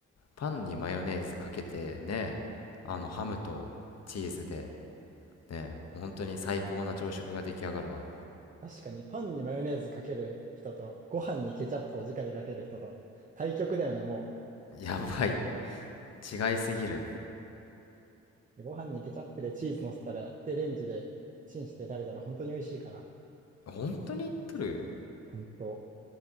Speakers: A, on the left; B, on the right.
A: パンにマヨネーズかけて、ね、あの、ハムとチーズで、ね、本当に最高な朝食が出来上がるわ。
B: 確かにパンにマヨネーズかける人と、ご飯にケチャップを直でかける人と、対極だよね、も
A: やばい、違いすぎる。
B: う。ご飯にケチャップでチーズ乗せたら、で、レンジでチンして食べたら本当に美味しいから。
A: 本当に言っとる
B: 本当。